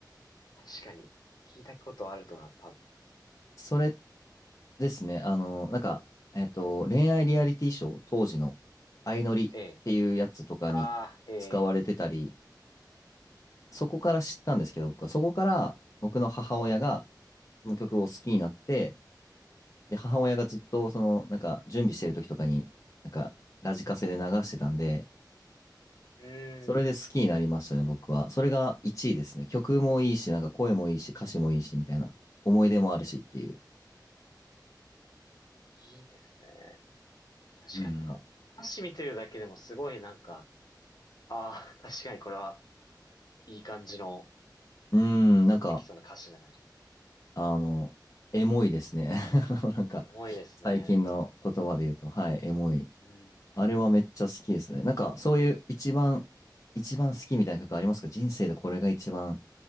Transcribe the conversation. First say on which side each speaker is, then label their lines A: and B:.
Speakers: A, on the left (about 65°); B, on the left (about 45°).
A: あ、確かに。聞いたことあると思います、多分。
B: それですね、あの、なんか、えっと、恋愛リアリティショー、当時の、相乗りっていうやつとかに使われてたり、
A: ええ。ああ、ええ。え
B: そこから知ったんですけど、僕は、そこから、僕の母親が、この曲を好きになって、で、母親がずっと、その、なんか、準備してる時とかに、なんか、ラジカセで流してたんで、
A: えうーん。
B: それで好きになりましたね、僕は。それが1位ですね。曲もいいし、なんか声もいいし、歌詞もいいし、みたいな。思い出もあるしっていう。
A: いいですね。確かになんか、
B: うん。
A: 歌詞見てるだけでもすごいなんか、ああ、確かにこれはいい感じの、
B: うん、
A: スッてきそうな歌詞な感じですね。
B: なんか、あの、エモいですね。<laughs> なんか、
A: エモいですね。
B: 最近の言葉で言うと、はい、エモい。
A: うん。
B: あれはめっちゃ好きですね。なんか、そういう一番、一番好きみたいな曲ありますか人生でこれが一番